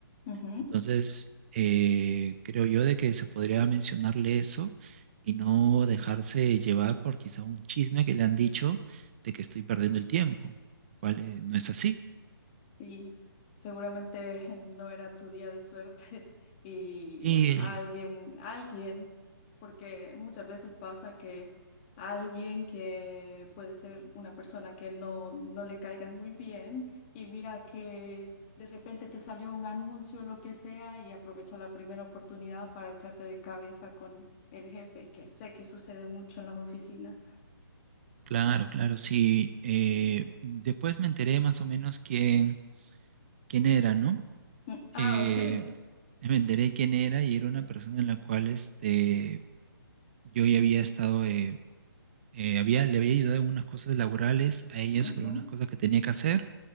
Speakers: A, on the left; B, on the right.
A: ujú.
B: Entonces, eh, creo yo de que se podría mencionarle eso y no dejarse llevar por quizá un chisme que le han dicho de que estoy perdiendo el tiempo, lo cual eh, no es así.
A: Sí, seguramente <laughs> no era tu día de suerte <laughs> y
B: Y eh,
A: alguien, alguien, porque muchas veces pasa que alguien que puede ser una persona que no, no le caigas muy bien y mira que de repente te salió un anuncio o lo que sea y aprovecha la primera oportunidad para echarte de cabeza con el jefe, que sé que sucede mucho en las oficinas.
B: claro, claro, sí. eh, después me enteré más o menos quién, quién era, ¿no?
A: Mm, Ah,
B: Eh,
A: ok.
B: me enteré quién era y era una persona en la cual este, yo ya había estado, eh, eh, había, le había ayudado en unas cosas laborales a ella
A: <laughs> Ujú,
B: sobre unas cosas que tenía que hacer